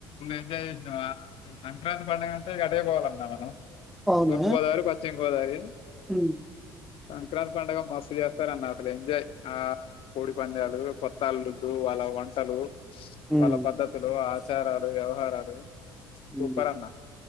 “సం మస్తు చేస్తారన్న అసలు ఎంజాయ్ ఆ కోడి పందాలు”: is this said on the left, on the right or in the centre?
Left